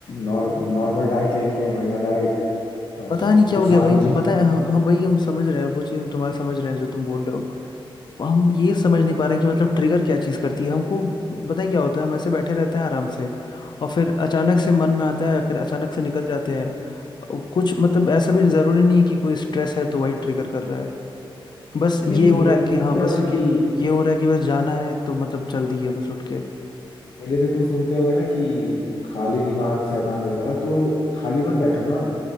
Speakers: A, on the left; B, on the left.
A: नॉर नॉर्मल डाइट लेनी है बढ़िया डाइट और
B: पता नहीं क्या
A: फिर
B: हो
A: शाम
B: गया भाई
A: को जिम
B: बताए हाँ हाँ, वही हम समझ रहे हैं वो चीज़ हम तुम्हारा समझ रहे हैं जो तुम बोल रहे हो हम ये समझ नहीं पा रहे हैं कि मतलब ट्रिगर क्या चीज़ करती है हमको बताए क्या होता है हम ऐसे बैठे रहते हैं आराम से और फिर अचानक से मन में आता है फिर अचानक से निकल जाते हैं और कुछ मतलब ऐसा भी ज़रूरी नहीं है कि कोई स्ट्रेस है तो वही ट्रिगर कर रहा है बस
A: नहीं
B: ये हो
A: वो
B: रहा
A: तुम
B: है कि
A: सुनते
B: हाँ बस
A: हो ना
B: ये
A: कि
B: ये हो रहा है कि बस जाना है तो मतलब चल दिए बस उठ के
A: जैसे तुम सुनते होगे ना कि खाली दिमाग शैतान का घर तो खाली मत बैठो ना